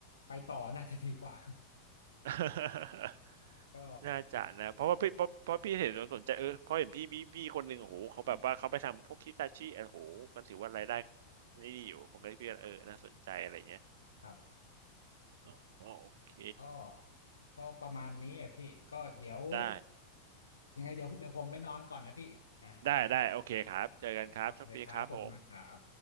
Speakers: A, on the left; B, on the right.
A: ไปต่อน่าจะดีกว่า
B: <laughs>
A: <laughs> ก็
B: น่าจะนะเพราะว่าพี่เพราะเพราะพี่เห็นสนใจเออเพราะเห็นพี่พี่พี่คนหนึ่งโอ้โหเขาแบบว่าเขาไปทำพวกคิตาชิโอ้โหมันถือว่ารายได้
A: อืม
B: นี่ดีอยู่ผมก็เลยพี่ว่าเออน่าสนใจอะไรอย่างเงี้ย
A: ครับ
B: อ๋อโอเค
A: ก็ก็ประมาณนี้อ่ะพี่ก็เดี๋ยว
B: ได้
A: ยังไงเดี๋ยวเดี๋ยวผมไปนอนก่อนนะพี่อ่า
B: ได้ได้โอเคครับเจอกันครับโชคดีครับผม
A: โอเคครับผมมากครับ